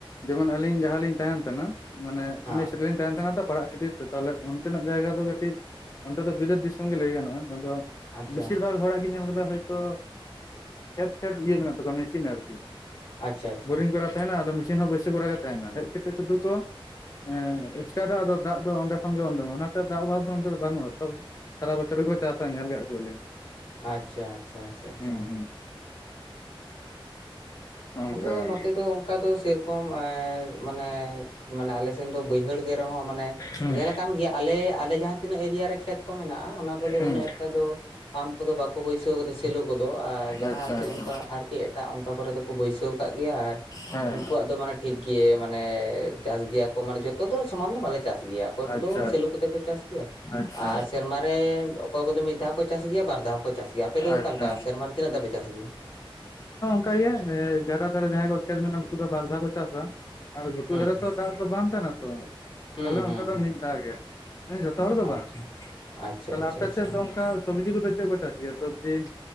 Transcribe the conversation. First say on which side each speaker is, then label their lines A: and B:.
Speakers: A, on the left; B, on the left.
A: ᱡᱮᱢᱚᱱ ᱟᱹᱞᱤᱧ ᱡᱟᱦᱟᱸ ᱞᱤᱤᱧ ᱛᱟᱦᱮᱱ ᱛᱟᱦᱮᱱᱟ, ᱢᱟᱱᱮ
B: ᱦᱮᱸ
A: ᱢᱮᱥ ᱨᱮᱞᱤᱧ ᱛᱟᱦᱮᱱ ᱛᱟᱦᱮᱱᱟ ᱛᱚ ᱯᱟᱲᱦᱟᱜ ᱠᱷᱟᱹᱛᱤᱨ ᱛᱮ ᱛᱟᱦᱚᱞᱮ ᱚᱱᱛᱮᱱᱟᱼᱜ ᱡᱟᱭᱜᱟ ᱫᱚ ᱠᱟᱹᱴᱤᱡ ᱚᱱᱛᱮ ᱫᱚ ᱵᱤᱞᱟᱛ ᱫᱤᱥᱚᱢ ᱜᱮ ᱞᱟᱹᱭ ᱜᱟᱱᱚᱜᱼᱟ, ᱟᱫᱚ
B: ᱟᱪᱪᱷᱟ
A: ᱵᱮᱥᱤᱨ ᱵᱷᱟᱜᱽ ᱦᱚᱲᱟᱜ ᱜᱤᱧ ᱧᱮᱞ ᱠᱟᱫᱟ, ᱦᱳᱭᱛᱳ ᱠᱷᱮᱛ - ᱠᱷᱮᱛ ᱤᱭᱟᱹ ᱢᱮᱱᱟᱜ ᱛᱟᱠᱚᱣᱟ ᱢᱮᱥᱤᱱ ᱟᱨᱠᱤ
B: ᱟᱪᱪᱷᱟ ᱟᱪᱪᱷᱟ
A: ᱵᱳᱨᱤᱝ ᱠᱚᱨᱟᱣ ᱛᱟᱦᱮᱱᱟ ᱟᱫᱚ ᱢᱮᱥᱤᱱ ᱦᱚᱸ ᱵᱟᱹᱭᱥᱟᱹᱣ ᱠᱚᱨᱟᱜ ᱜᱮ ᱛᱟᱦᱮᱱᱟ, ᱦᱮᱡ ᱠᱟᱛᱮ ᱥᱩᱫᱷᱩ ᱠᱚ ᱮᱸ ᱮᱥᱠᱟᱨ ᱟᱫᱚ ᱫᱟᱜ ᱫᱚ ᱚᱸᱰᱮ ᱠᱷᱚᱱᱜ ᱜᱮ ᱚᱰᱳᱚᱜᱼᱟ, ᱚᱱᱟᱛᱮ ᱫᱟᱜ ᱚᱵᱷᱟᱵᱽ ᱫᱚ ᱚᱰᱮ ᱫᱚ ᱵᱟᱹᱱᱩᱜᱼᱟ᱾ ᱥᱚᱵ ᱥᱟᱨᱟ ᱵᱚᱪᱷᱚᱨ ᱜᱮᱠᱚ ᱪᱟᱥᱼᱟ ᱧᱮᱞ ᱠᱟᱫ ᱠᱚᱣᱟᱞᱤᱧ
B: ᱟᱪᱪᱷᱟ - ᱟᱪᱪᱷᱟ - ᱪᱷᱟ
A: ᱦᱩᱸ
B: - ᱪᱷᱟ
A: ᱦᱩᱸ ᱚᱱᱠᱟ
B: ᱟᱫᱚ ᱱᱚᱛᱮ ᱫᱚ ᱚᱱᱠᱟ ᱫᱚ ᱥᱮᱨᱚᱠᱚᱢ ᱮᱸᱻ ᱢᱟᱱᱮ ᱢᱟᱱᱮ ᱟᱞᱮᱮᱥᱱ ᱫᱚ ᱵᱟᱹᱭᱦᱟᱹᱲ ᱜᱮ ᱨᱮᱦᱚᱸ ᱢᱟᱱᱮ
A: ᱦᱩᱸ
B: ᱧᱮᱞ ᱟᱠᱟᱱ ᱜᱮᱭᱟ ᱟᱞᱮ ᱟᱞᱮ ᱡᱟᱦᱟᱸ ᱛᱤᱱᱟᱹᱜ ᱮᱨᱤᱭᱟ ᱨᱮ ᱠᱷᱮᱛ ᱠᱚ ᱢᱮᱱᱟᱜᱼᱟ, ᱚᱱᱟ ᱠᱚᱫᱚ
A: ᱦᱩᱸ
B: ᱩᱱᱟᱹᱜ ᱮᱠᱴᱟ ᱫᱚ ᱯᱟᱢ ᱠᱚᱫᱚ ᱵᱟᱠᱚ ᱵᱟᱹᱭᱥᱟᱹᱣ ᱥᱮᱞᱩ ᱠᱚᱫᱚ ᱟᱨ ᱡᱟᱦᱟᱸ
A: ᱟᱪᱪᱷᱟ
B: ᱟᱨᱠᱤ
A: ᱟᱪᱪᱷᱟ
B: ᱚᱱᱠᱟ ᱟᱨᱠᱤ ᱮᱴᱟᱜ ᱚᱱᱠᱟ ᱠᱚᱨᱮ ᱫᱚ ᱠᱚ ᱵᱟᱹᱭᱥᱟᱹᱣ ᱠᱟᱫ ᱜᱮᱭᱟ ᱟᱨ
A: ᱦᱮᱸ
B: ᱩᱱᱠᱩᱣᱟᱼᱜ ᱫᱚ ᱢᱟᱱᱮ ᱴᱷᱤᱠ ᱜᱮ ᱢᱟᱱᱮ ᱪᱟᱥ ᱜᱮᱭᱟ ᱠᱚ ᱢᱟᱱᱮ ᱡᱚᱛᱚ ᱫᱚ ᱥᱚᱢᱟᱱ ᱫᱚ ᱵᱟᱞᱮ ᱪᱟᱥ ᱜᱮᱭᱟ ᱚᱠᱚᱭ
A: ᱟᱪᱪᱷᱟ
B: ᱠᱚᱫᱚ ᱥᱮᱞᱳ ᱠᱚᱛᱮ ᱠᱚ ᱪᱟᱥ ᱜᱮᱭᱟ,
A: ᱟᱪᱪᱷᱟ
B: ᱟᱨ ᱥᱮᱨᱢᱟ ᱨᱮ-ᱢ ᱚᱠᱚᱭ ᱠᱚᱫᱚ ᱢᱤᱫ ᱫᱷᱟᱣ ᱠᱚ ᱪᱟᱥ ᱜᱮᱭᱟ ᱵᱟᱨ ᱫᱷᱟᱣ ᱠᱚ ᱠᱚ ᱪᱟᱥ ᱜᱮᱭᱟ ᱟᱯᱮ ᱫᱚ ᱚᱠᱟ
A: ᱟᱪᱪᱷᱟ
B: ᱞᱮᱠᱟ ᱥᱮᱨᱢᱟ ᱨᱮ ᱛᱤᱱᱟᱹᱜ ᱫᱷᱟᱯᱮ ᱪᱟᱥ ᱜᱮᱭᱟ?
A: <unintelligible> ᱜᱟᱫᱟ ᱫᱟᱨᱮ ᱡᱟᱦᱟᱸᱭ ᱠᱚ ᱠᱷᱮᱛ ᱢᱟᱱᱟᱜᱼᱟ ᱩᱱᱠᱩ ᱫᱚ ᱵᱟᱨᱫᱷᱟ ᱠᱚ ᱪᱟᱥᱼᱟ᱾ ᱟᱨ ᱜᱷᱩᱴᱩ
B: ᱦᱩᱸ
A: ᱫᱷᱟᱨᱮ
B: ᱦᱩᱸ
A: ᱛᱚ ᱫᱟᱜ ᱫᱚ ᱵᱟᱝ ᱛᱟᱦᱮ ᱛᱚ,
B: ᱦᱩᱸ
A: ᱛᱟᱦᱞᱮ ᱚᱱᱛᱮ
B: ᱦᱩᱸ
A: ᱫᱚ
B: ᱦᱩᱸ
A: ᱢᱤᱫ ᱫᱷᱟᱣ ᱜᱮ ᱦᱮᱸ ᱡᱚᱛᱚ ᱦᱚᱲ ᱫᱚ ᱵᱟᱝ᱾
B: ᱟᱪᱪᱷᱟ ᱟᱪᱪᱷᱟ
A: ᱛᱟᱞᱮ
B: ᱟᱪᱪᱷᱟ
A: ᱟᱯᱮ
B: ᱟᱪᱪᱷᱟ
A: ᱥᱮᱫ ᱫᱚ ᱚᱱᱠᱟ ᱥᱚᱵᱽᱡᱤ ᱠᱚᱫᱚ ᱪᱮᱫ ᱠᱚ ᱪᱟᱥᱟ ᱤᱭᱟ ᱥᱚᱵᱡᱤ